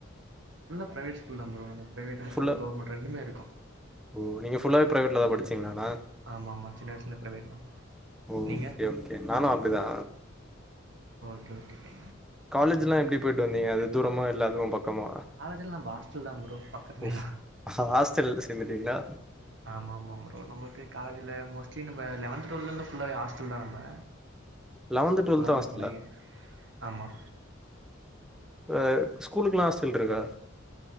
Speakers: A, on the right (about 65°); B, in the centre.
A: ஃபுல்லா பிரைவேட் ஸ்கூல் தா புரோ பிரைவேட்
B: ஃபுல்லாக
A: க கவர்மெண்ட் ரெண்டுமே இருக்கு
B: ஓ நீங்க ஃபுல்லாவே பிரைவேட்ல தா படிச்சிங்களா அண்ணா
A: ஆமா ஆமா சின்ன வயசுல பிரைவேட் தான் ப்ரோ.
B: ஓ
A: நீங்க
B: ஓகே ஓகே நானு அப்டிதா
A: ஓகே ஓகே
B: காலேஜ்லா எப்டி பேயிட்டு வந்திங்க அது தூரமா இல்ல அதுவு பக் க்கமா
A: காலேஜ்ல நம்ம ஹாஸ்டல் தான் ப்ரோ பக்கத்துலயா
B: ஸ் ஹாஸ்டல் சேந்துட்டீங்களா
A: ஆமா ஆமா புரோ நம்மளுக்கு காலேஜ்ல மோஸ்ட்லி நம்ப லெவன்த் டுவல்த் ஃபுல்லாவே ஹாஸ் ஸ்டல் தா நம்ப
B: லெவன்த் டுவெல்த்
A: அப்பிடி
B: ஹாஸ்டலா
A: பழகிருச்சு ஆமா
B: அ ஸ்கூலுக்குலா ஹாஸ்டல் இருக்கா